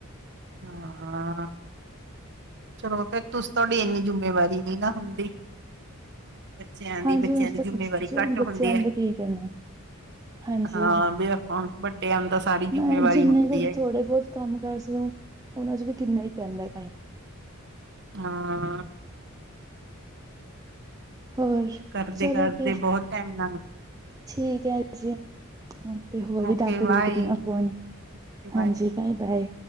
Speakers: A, on the right (about 55°); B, on the right (about 15°).
A: ਹਾਂ ਹਾਂ, ਚਲੋ ਫੇਰ ਤੁਸੀਂ ਤੁਹਾਡੀ ਇੰਨੀ ਜਿੰਮੇਵਾਰੀ ਨੀ ਨਾ ਹੁੰਦੀ। ਬੱਚਿਆਂ ਦੀ
B: ਹਾਂਜੀ
A: ਬੱਚਿਆਂ
B: ਉਸ
A: ਦੀ
B: ਤੱਕ
A: ਜਿੰਮੇਵਾਰੀ
B: ਜੋ
A: ਘੱਟ
B: ਬੱਚਿਆਂ
A: ਹੁੰਦੀ ਐ।
B: ਦਾ ਕੀ ਕਰਨਾ ਹਾਂਜੀ
A: ਹਾਂ ਵੀ ਆਪਾ ਨੂੰ ਵੱਡੇ ਨੂੰ ਤਾ ਸਾਰੀ
B: ਮੈਂ
A: ਜਿੰਮੇਵਾਰੀ
B: ਜਿੰਨੇ
A: ਹੁੰਦੀ
B: ਕੁ
A: ਐ।
B: ਥੋੜੇ ਬਹੁਤ ਕੰਮ ਕਰ ਸਕੋ, ਉਹਨਾਂ ਚ ਵੀ ਕਿੰਨਾ ਈ ਪੈਂਦਾ ਟਾਈਮ
A: ਹਾਂ,
B: ਹੋਰ
A: ਕਰਦੇ-ਕਰਦੇ
B: ਚਲੋ ਫਿਰ
A: ਬੋਤ ਟੈਮ ਨਾਲ
B: ਠੀਕ ਐ ਜੇ ਤੇ ਹੋਰ ਵੀ
A: ਓਕੇ
B: ਡਾ ਕੇ
A: ਬਾਏ
B: ਦੇਖਦੀ ਆ
A: ਓਕੇ
B: ਫੋਨ।
A: ਬਾਏ
B: ਹਾਂਜੀ ਬਾਈ ਬਾਏ।